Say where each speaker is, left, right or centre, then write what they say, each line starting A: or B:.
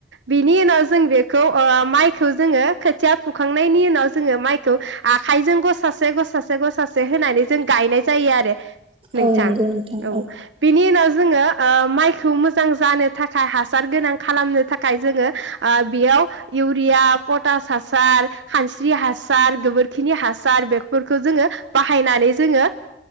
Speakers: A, on the right; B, on the right.
A: बिनि उनाव जों बेखौ ओ माइखौ जोङो खोथिया फुखांनायनि उनाव जोङो माइखौ आखाइजों गसासे- गसासे-गसासे होनानै जों गायनाय जायो आरो नोंथां
B: औ नंगौ नोंथां
A: औ बिनि उनाव जोङो माइखौ मोजां जानो थाखाय हासार गोनां खालामनो थाखाय जोङो बेयाव इउरिया पटास हा सार खानस्रि हासार गोबोरखिनि हासार बेफोरखौ जोङो बाहायनानै जोङो